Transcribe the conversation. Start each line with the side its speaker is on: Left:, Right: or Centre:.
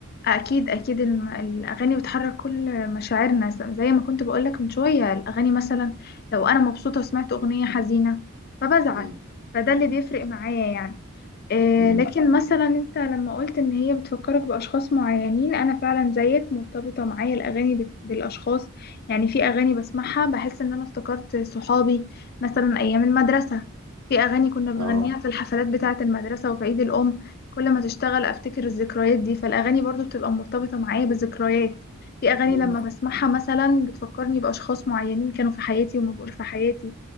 Left: أكيد أكيد الم- الأغاني بتحرك كل مشاعرنا زي ما كنت بقولك من شوية الأغاني مثلا لو أنا مبسوطة وسمعت أغنية حزينة فبزعل
Right: مم.
Left: فده اللي بيفرق معايا يعني آه،
Right: مم.
Left: لكن مثلا انت لما قلت ان هي بتفكرك باشخاص معينين انا فعلا زيك مرتبطه معايا الاغاني بت- بالاشخاص يعني في اغاني بسمعها بحس ان انا افتكرت صحابي مثلا ايام المدرسه في اغاني كنا بنغنيها
Right: اه
Left: في الحفلات بتاعه المدرسه وفي عيد الام كل ما تشتغل افتكر الذكريات دي فالاغاني برضو بتبقى مرتبطه معايا بذكريات في اغاني
Right: مم.
Left: لما بسمعها مثلا بتفكرني باشخاص معينين كانوا في حياتي وما بقوش في حياتي